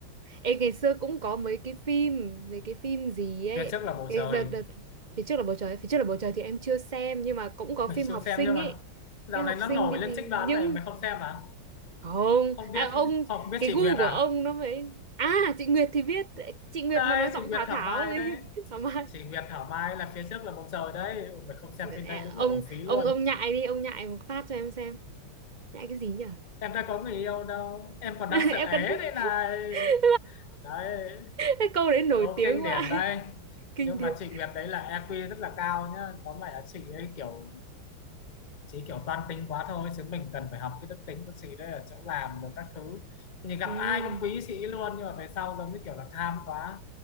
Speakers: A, on the right; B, on the left.
A: Ê, ngày xưa cũng có mấy cái phim mấy cái phim gì ấy
B: phía trước là bầu
A: cái
B: trời
A: đợt đợt phía trước là bầu trời phía trước là bầu trời thì em chưa xem nhưng mà cũng có
B: mình
A: phim học
B: chưa xem
A: sinh
B: nhưng mà
A: ấy
B: dạo
A: phim học
B: này nó
A: sinh
B: nổi
A: cái
B: lên
A: gì
B: trích đoán
A: nhưng
B: này mày không xem à
A: không
B: không
A: à,
B: biết
A: ông
B: không biết
A: cái
B: chị
A: gu
B: Nguyệt
A: của
B: à
A: ông nó phải à chị Nguyệt thì biết chị Nguyệt
B: đây
A: mà nói giọng
B: chị Nguyệt
A: Thảo
B: Thảo
A: Thảo
B: Mai
A: gì
B: đấy
A: <laughs> Thảo Mai
B: chị Nguyệt Thảo Mai là phía trước là bầu trời đấy Ôi, mày không xem phim
A: à,
B: đấy đúng
A: ông
B: là uổng phí luôn
A: ông ông nhại đi ông nhại một phát cho em xem nhại cái gì nhở
B: em đã có người yêu đâu em
A: <laughs>
B: còn
A: em
B: đang sợ é
A: cần
B: đây này
A: <laughs>
B: đấy
A: cái câu đấy nổi
B: câu
A: tiếng
B: kinh
A: quá
B: điển đây
A: <laughs> kinh
B: nhưng
A: điển
B: mà chị Nguyệt đấy là EQ rất là cao nhá tóm lại là chị ấy kiểu chị kiểu toan tính quá thôi chứ mình cần phải học cái đức tính của chị đấy ở chỗ làm rồi các thứ thì gặp
A: Ừ,
B: ai cũng quý chị luôn nhưng mà về sau giống như kiểu là tham quá